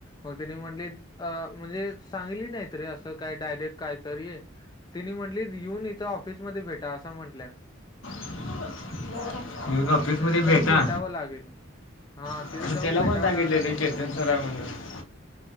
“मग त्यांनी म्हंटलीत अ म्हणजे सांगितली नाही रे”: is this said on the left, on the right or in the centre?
Left